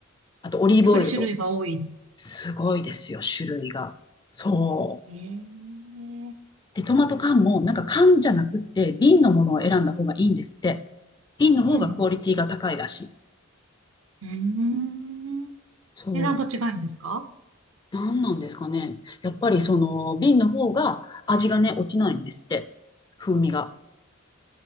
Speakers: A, on the left; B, on the right.
A: あとオリーブオイルと。
B: やっぱり種類が多い。
A: すごいですよ、種類が。そう。
B: ええ。
A: で、トマト缶もなんか缶じゃなくって瓶のものを選んだ方がいいんですって。瓶の方がクオリティが高いらしい。
B: うん。うーん。
A: そう。
B: 値段が違うんですか
A: 何なんですかね。やっぱりその瓶の方が味がね、落ちないんですって。風味が。